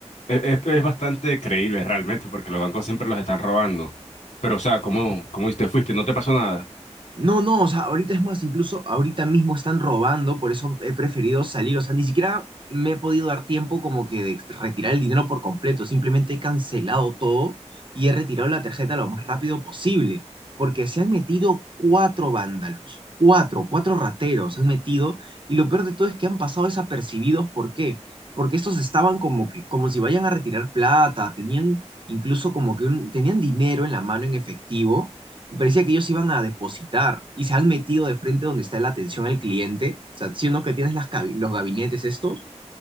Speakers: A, on the left (about 80°); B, on the right (about 45°).
A: e- e- es, bastante creíble realmente porque los bancos siempre los están robando. Pero, o sea, ¿cómo, cómo te fuiste? ¿No te pasó nada?
B: No, no, o sea, ahorita es más, incluso ahorita mismo están robando, por eso he preferido salir, o sea, ni siquiera me he podido dar tiempo como que de retirar el dinero por completo, simplemente he cancelado todo y he retirado la tarjeta lo más rápido posible, porque se han metido cuatro vándalos, cuatro, cuatro rateros se han metido y lo peor de todo es que han pasado desapercibidos, ¿por qué? Porque estos estaban como que, como si vayan a retirar plata, tenían incluso como que un- tenían dinero en la mano en efectivo y parecía que ellos iban a depositar y se han metido de frente donde está la atención al cliente, o sea, siendo que tienes las cabi- los gabinetes estos,